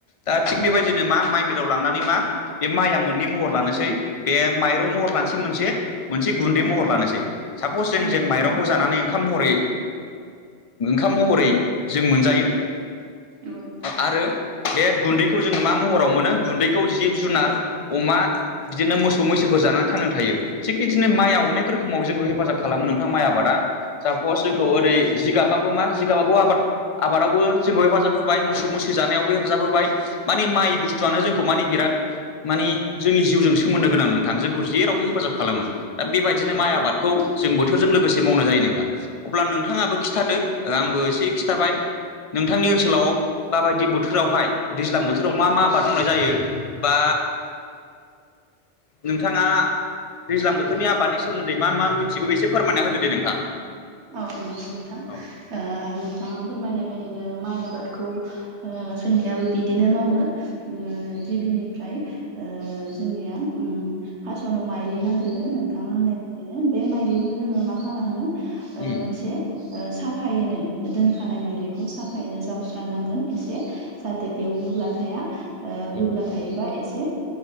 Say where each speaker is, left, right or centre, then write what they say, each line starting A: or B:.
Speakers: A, on the left; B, on the right.
A: दा थिग
B: औ
A: बेबायदि नामा माइ मिलव लांनानै मा बे माइया मोननै महर लानोसै बे माइरं महर लानोसै मोनसे मोनसे गुन्दै
B: औ
A: महर लानोसै सापस जों
B: नंगौ
A: जेन
B: नोंथां
A: माइरंखौ नानै ओंखाम महरै ओंखाम महरै जों मोनजायो
B: औ
A: आरो बे गुन्दैखौ जोङो मा महराव मोनो गुन्दैखौ जिब जुनार अमा बिदिनो मोसौ मैसोफोर जानानै थांनानै थायो थिग बिदिनो माइ अनोक रोखोमाव जोंखौ हेफाजाब खालामो नोंथां माइ आबादा सापस जोंखौ
B: नंगौ नोंथां
A: ओरै जिगाबाबबो मा जिगाबाबो आबाद आबादावबो जोंखौ हेफाजाब होबाय मोसौ मैसो जानायावबो हेफाजाब होबाय माने माइ बुस्थुआनो जोंखौ माने बिराद माने जोंनि जिउजों सोमोन्दो गोनां नोंथां जोंखौ जेरावबो हेफाजाब खालामो दा बेबायदिनो
B: नंगौ
A: माइ आबादखौ
B: नोंथां
A: जों बोथोरजों लोगोसे मावनाय जायो नोंथां अब्ला नोंथाङाबो
B: औ
A: खिन्थादो आंबो एसे खिन्थाबाय नोंथांनि ओनसोलाव
B: औ
A: माबायदि बोथोरावहाय दैज्लां बोथोराव मा मा आबाद मावनाय जायो बा नोंथाङा दैज्लां बोथोरनि आबादनि सोमोन्दै मा मा मिथिगौ एसे फोरमायना होदो दे नोंथां
B: औ नंगौ नोंथां
A: औ
B: नोंथाङा फोरमायनाय बायदिनो माइ आबादखौ जोंनियाबो बिदिनो मावो गिबिनिफ्राय ओ जोंनिया उम फासावनो माइलि नांग्रोगोन नोंथाङा होननाय बिदिनो बे माइलिखौ जोङो मा खालामो
A: उम
B: मोनसे साफायैनो दोनखानाय माइलिखौ साफायैनो जावस्रानांगोन एसे जाहाथे बेयाव गुग्ला थाया ओ
A: औ
B: गुग्ला थायोबा एसे